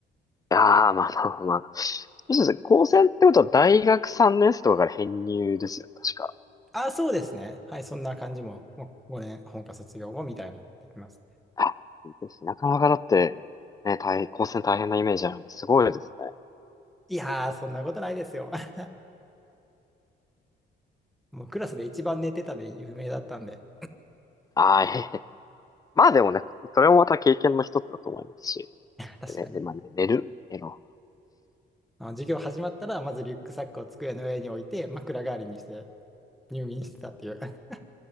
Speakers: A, on the left (about 20°); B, in the centre.
A: やー、まあまあまあそうですね、高専ってことは大学3年生とかから編入ですよ、確か。
B: あ、そうですね。はい、そんな感じも、もう5年、本科卒業後みたいな、できます。
A: あ、いいですねなかなかだって、ね、大、高専大変なイメージあるんで、すごいですね。
B: いやー、そんなことないですよ。<laughs> もうクラスで一番寝てたで有名だったんで、
A: ああ、ええ。まあでもね、それもまた経験の一つだと思いますし。
B: 確かに。
A: でね、で、まあ、ね、寝る、寝
B: あの、授業始まったら、まずリュックサックを机の上に置いて、枕代わりにして入眠してたっていう、<laughs>